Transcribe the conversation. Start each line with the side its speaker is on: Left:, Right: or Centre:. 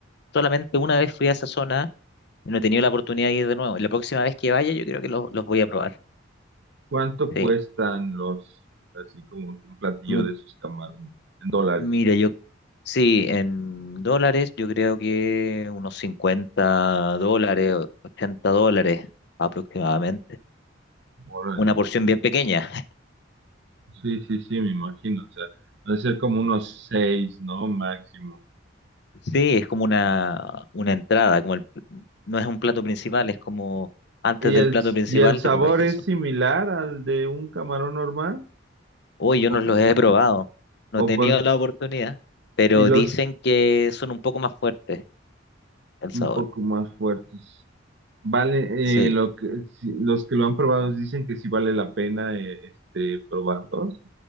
Left: solamente una vez fui a esa zona y no he tenido la oportunidad de ir de nuevo. La próxima vez que vaya, yo creo que los, los voy a probar.
Right: ¿cuánto
Left: Sí.
Right: cuestan los así como un platillo
Left: M-
Right: de esos camarones en dólares?
Left: mira, yo, sí, en dólares, yo creo que unos 50 dólares, 80 dólares aproximadamente.
Right: Órale.
Left: Una porción bien pequeña.
Right: Sí, sí, sí, me imagino. O sea, debe ser como unos seis, ¿no? Máximo.
Left: Sí, es como una, una entrada, como el, no es un plato principal, es como antes
Right: ¿Y
Left: del
Right: el,
Left: plato principal
Right: y el sabor
Left: te comes eso.
Right: es similar al de un camarón normal?
Left: Uy, yo no
Right: ¿O,
Left: los
Right: por-
Left: he probado,
Right: o
Left: no he tenido
Right: por,
Left: la oportunidad, pero
Right: y los
Left: dicen que son un poco más fuertes el
Right: un
Left: sabor.
Right: poco más fuertes? Vale,
Left: Sí,
Right: eh, lo que, si- los que lo han probado dicen que sí vale la pena eh, este, probarlos.